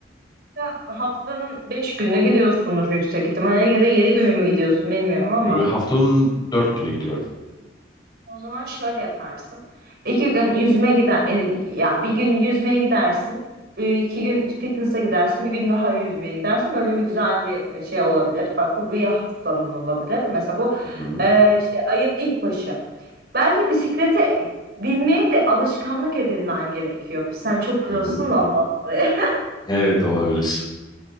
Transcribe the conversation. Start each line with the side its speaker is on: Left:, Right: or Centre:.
Right: Ya haftanın beş günü gidiyorsunuz yüksek ihtimalle ya da 7 günü mü gidiyorsun bilmiyorum ama.
Left: Ee, haftanın dört günü gidiyorum.
Right: O zaman şöyle yaparsın. İki gün yüzme gider, e, yani bir gün yüzmeye gidersin, e, iki gün fitness'a gidersin, bir gün daha yüzmeye gidersin. Böyle bir güzel bir e, şey olabilir. Bak bu bir haftanın olabilir. Mesela bu
Left: Hı hı.
Right: e, işte ayın ilk başı. Bence bisiklete binmeye de alışkanlık edinmen gerekiyor. Sen çok biliyorsun
Left: Hı hı.
Right: da ondan dolayı.
Left: Evet olabilir.